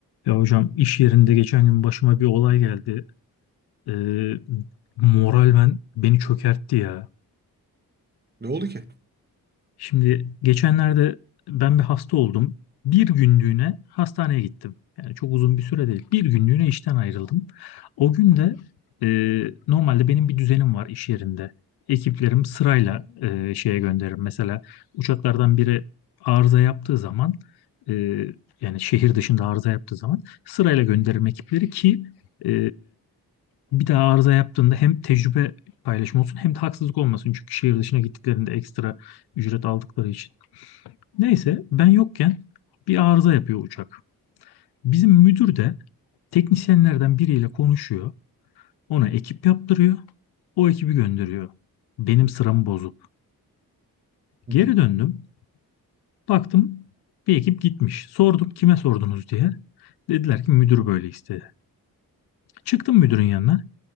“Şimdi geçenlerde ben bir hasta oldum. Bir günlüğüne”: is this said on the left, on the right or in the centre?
Left